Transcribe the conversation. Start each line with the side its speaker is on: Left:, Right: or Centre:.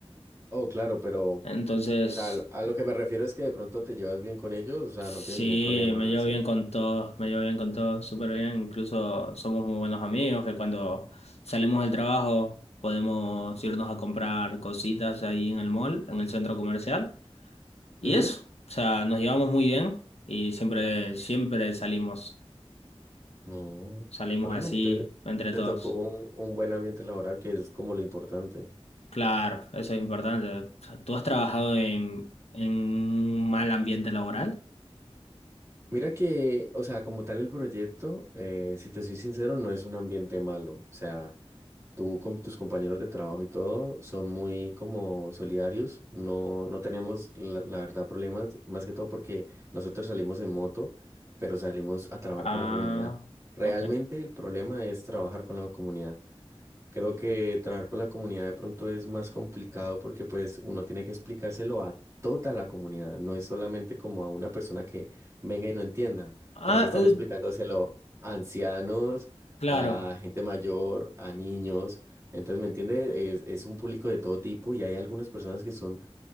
Right: Oh, claro, pero...
Left: Entonces.
Right: O sea, al- a lo que me refiero es que de pronto te llevas bien con ellos, o sea,
Left: Sí,
Right: no tienes ningún problema,
Left: me llevo
Right: ¿sí?
Left: bien con todos, me llevo bien con todos, súper bien. Incluso somos muy buenos amigos, que cuando salimos del trabajo podemos irnos a comprar cositas ahí en el mall, en el centro comercial. Y
Right: Ujú.
Left: eso, o sea, nos llevamos muy bien y siempre, siempre salimos,
Right: No.
Left: salimos
Right: Bueno,
Left: así
Right: te,
Left: entre
Right: te
Left: todos.
Right: tocó un, un buen ambiente laboral, que es como lo importante.
Left: Claro, eso es importante. O sea, ¿tú has trabajado en, en un mal ambiente laboral?
Right: Mira que, o sea, como tal el proyecto, eh, si te soy sincero, no es un ambiente malo. O sea, Tú con tus compañeros de trabajo y todo son muy como solidarios, no, no tenemos la, la verdad problemas, más que todo porque nosotros salimos en moto, pero salimos a trabajar
Left: Ah,
Right: con la comunidad. Realmente
Left: ok.
Right: el problema es trabajar con la comunidad. Creo que trabajar con la comunidad de pronto es más complicado porque pues uno tiene que explicárselo a toda la comunidad, no es solamente como a una persona que venga y no entienda,
Left: Ah,
Right: tengo que estar
Left: uh,
Right: explicándoselo a ancianos,
Left: claro,
Right: a gente mayor, a niños, entonces, ¿me entiende? Es, es un público de todo tipo y hay algunas personas que son